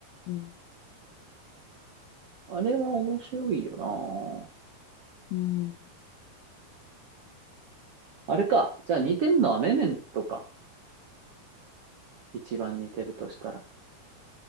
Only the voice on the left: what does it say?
うん。
うん。